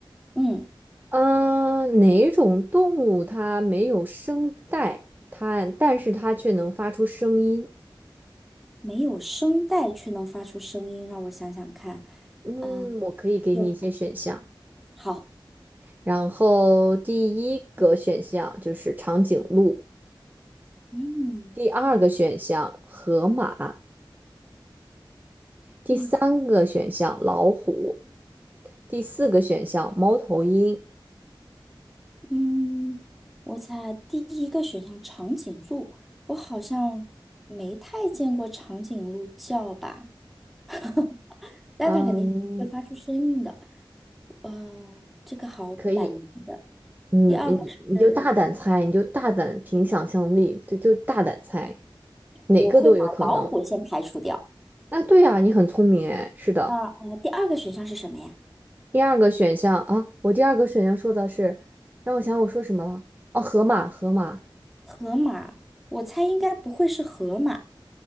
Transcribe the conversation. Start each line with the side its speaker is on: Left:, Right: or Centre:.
Centre: 嗯，
Right: 嗯，哪种动物它没有声带，它但是它却能发出声音？
Centre: 没有声带却能发出声音，让我想想看，
Right: 嗯，
Centre: 啊、
Right: 我可以给你一些选项。
Centre: 有，好，
Right: 然后第一个选项就是长颈鹿，
Centre: 嗯，
Right: 第二个选项河马，第三个选项老虎，
Centre: 第四
Right: 第四个选项猫头鹰。
Centre: 嗯，我猜第一个选项长颈鹿，我好像没太见过长颈鹿叫吧，<laughs> 但它肯定会发出声音的，
Right: 嗯，
Centre: 呃，这个好蛮难的。
Right: 可以，嗯，
Centre: 第二个是，
Right: 你你就大胆猜，你就大胆凭想象力，就就大胆猜，哪个都有可能。
Centre: 我会把老虎先排除掉，
Right: 啊，对呀，你很聪明哎，是的。
Centre: 啊啊呃，第二个选项是什么呀？
Right: 第二个选项啊，我第二个选项说的是，让我想想我说什么了？哦，河马，河马。
Centre: 河马，我猜应该不会是河马。